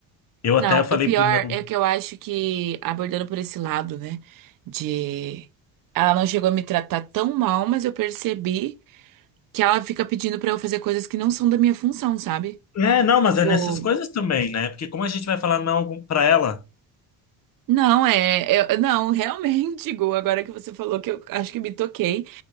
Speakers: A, on the left (about 35°); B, on the right (about 50°).
A: Eu
B: Não,
A: até falei
B: o pior
A: pro meu,
B: é que eu acho que, abordando por esse lado, né, de. Ela não chegou a me tratar tão mal, mas eu percebi que ela fica pedindo pra eu fazer coisas que não são da minha função, sabe?
A: É, não, mas
B: Tipo,
A: é nessas coisas também, né? Porque como a gente vai falar não pra ela?
B: não, é. eu- não, <laughs> realmente, Gu, agora que você falou que eu acho que me toquei.